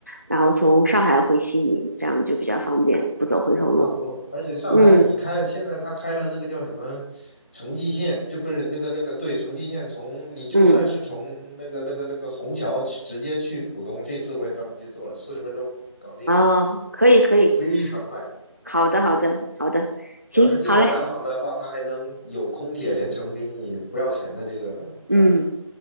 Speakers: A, on the right (about 30°); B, on the left (about 25°).
A: 然后从上海回悉尼，这样就比较方便，不走回头路。
B: 差不多，而且上海你开现在他开了那个叫什么
A: 嗯
B: 城际线，这不是那个那个对城际线从你就算是从那个那个那个虹桥去直接去浦东，
A: 嗯。
B: 这次我也专门去做了，四十分钟搞定，
A: 哦，可以可以，
B: 非常快。
A: 好的好的好的，行，
B: 你要是订了南航的话，
A: 好嘞，
B: 他还能有空铁连程给你不要钱的这个票。
A: 嗯，